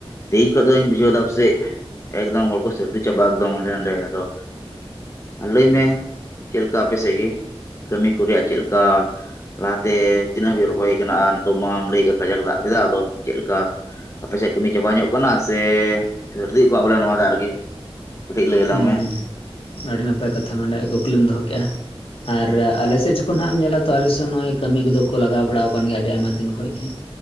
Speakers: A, on the left; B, on the left.
A: ᱛᱮᱦᱮᱧ ᱠᱷᱚᱡ ᱫᱚᱧ ᱵᱩᱡᱷᱟᱹᱣ ᱫᱟ ᱯᱟᱥᱮᱜ ᱮᱠᱫᱚᱢ ᱦᱚᱲ ᱠᱚ ᱥᱟᱹᱨᱫᱤ ᱪᱟᱵᱟ ᱮᱠᱫᱚᱢ ᱦᱟᱸᱰᱮ ᱱᱟᱰᱮ ᱟᱫᱚ ᱞᱟᱹᱭ ᱢᱮ ᱪᱮᱫ ᱞᱮᱠᱟ ᱟᱯᱮ ᱥᱮᱫ ᱜᱮ ᱠᱟᱹᱢᱤ ᱠᱚ ᱨᱮᱭᱟᱜ ᱪᱮᱫ ᱞᱮᱠᱟ ᱞᱟᱦᱟᱛᱮ ᱛᱤᱱᱟᱹᱜ ᱦᱟᱹᱵᱤᱡ ᱨᱚᱦᱚᱭ ᱠᱟᱱᱟ ᱟᱨ ᱱᱤᱛᱚᱜ ᱢᱟᱢ ᱞᱟᱹᱭ ᱠᱮᱫ ᱵᱡᱟᱨ ᱫᱟᱜ ᱠᱮᱫᱟ᱾ ᱟᱫᱚ ᱪᱮᱫ ᱞᱮᱠᱟ? ᱟᱯᱮᱫ ᱠᱟᱹᱢᱤ ᱪᱟᱵᱟ ᱧᱚᱜᱼᱟ? ᱠᱟᱱᱟ ᱥᱮ ᱨᱤᱫ ᱠᱚᱜ ᱵᱚᱞᱮ ᱱᱚᱣᱟ ᱫᱟᱜ ᱨᱮᱜᱮ ᱠᱟᱹᱴᱤᱡ ᱞᱟᱹᱭ ᱟᱞᱟᱝ
B: ᱦᱮᱸ
A: ᱢᱮ
B: ᱟᱹᱰᱤ ᱱᱟᱯᱟᱭ ᱠᱟᱛᱷᱟ ᱱᱚᱰᱮ ᱠᱩᱠᱞᱤᱢ ᱫᱚᱦᱚ ᱠᱮᱜᱼᱟ ᱾ ᱟᱨ ᱟᱞᱮᱥᱮᱫ ᱡᱚᱠᱷᱚᱱ ᱦᱟᱜ ᱮᱢ ᱧᱮᱞᱟ ᱛᱚ ᱟᱞᱮ ᱥᱮᱫ ᱱᱚᱜ ᱚᱚᱭ ᱠᱟᱹᱢᱤ ᱠᱚᱫᱚ ᱠᱚ ᱞᱟᱜᱟᱣ ᱵᱟᱲᱟ ᱟᱠᱟᱱ ᱜᱮᱭᱟ ᱟᱹᱰᱤ ᱟᱭᱢᱟ ᱫᱤᱱ ᱠᱷᱚᱱᱚᱡ ᱜᱮᱹ᱾